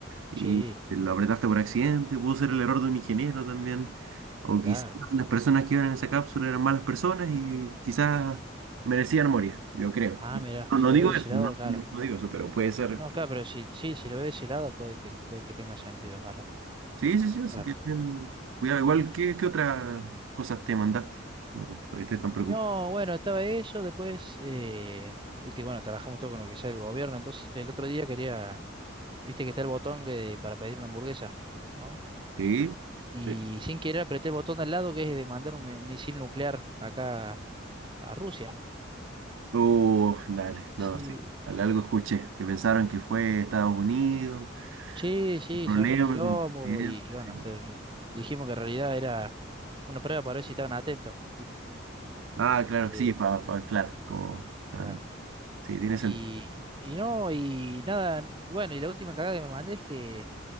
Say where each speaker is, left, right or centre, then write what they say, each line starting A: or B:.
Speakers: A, on the right (about 75°); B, on the right (about 25°).
A: Y
B: Sí,
A: lo apretaste por accidente, pudo ser el error de un ingeniero también. O
B: claro.
A: quizás las personas que iban en esa cápsula eran malas personas y quizás merecían morir, yo creo.
B: Ah, mira,
A: No,
B: si
A: no
B: lo
A: digo
B: ve de
A: eso,
B: ese lado,
A: no,
B: claro.
A: no- no digo eso, pero puede ser.
B: No, claro, pero si, sí, si lo ve de ese lado puede, te- puede que tenga sentido, es verdad.
A: Sí, sí, sí, así
B: Claro.
A: que ten cuidado. Igual, ¿qué, qué otras cosas te mandaste? Como para que estés tan
B: Y
A: preocupado.
B: no, bueno, estaba eso, después, eh, viste, bueno, trabajamos todo con lo que sea el gobierno, entonces el otro día quería viste que está el botón que- para pedir una hamburguesa, ¿no?
A: Sí,
B: Y
A: sí.
B: sin querer apreté el botón de al lado que es de mandar un mi- misil nuclear acá a Rusia.
A: Uh, dale,
B: Sí,
A: no, sí. Dale, algo escuché, que pensaron que fue Estados Unidos,
B: sí, sí,
A: un problema
B: se armó un quilombo
A: con el presidente.
B: y bueno,
A: sí.
B: se- dijimos que en realidad era una prueba para ver si estaban atentos, ¿viste?
A: Ah, claro,
B: Sí,
A: sí, pa, pa- claro, como tan,
B: claro.
A: sí, tiene
B: Y,
A: sentido.
B: y no, y nada, bueno, y la última cagada que me mandé es que